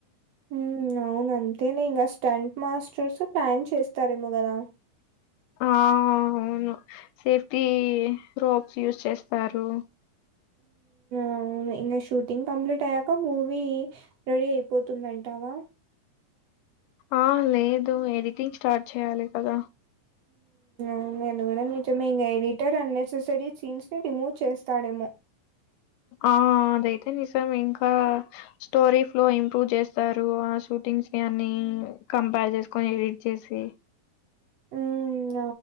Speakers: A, on the right; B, on the left.
A: ఉ ఔను అంతేలె ఇంగ స్టంట్ మాస్టర్స్ ప్లాన్ చేస్తారేమో గద
B: ఆ హౌను సేఫ్టీ రొబ్స్ యూస్ చేస్తారు <inaudible>
A: ఔను ఇంగ షూటింగ్ కంప్లీట్ అయ్యాక మూవీ రెడీ అయిపొతుందంటావా
B: ఆ లేదు ఎడిటింగ్ స్టార్ట్ చేయాలి కద
A: ఉ అది కూడా నిజమో ఏమో ఎడిటర్ అన్ నెస్సరి సీన్స్ ని రిమూవ్ చేస్తాడేమో
B: ఆ అదైతే నిజమె ఇంకా స్టోరీస్లొ ఇంప్రూవ్ చేస్తారు ఆ షూటింగ్స్ని అన్ని కంపార్ జెసుకొని ఎడిట్ చేసి
A: హ్మ్.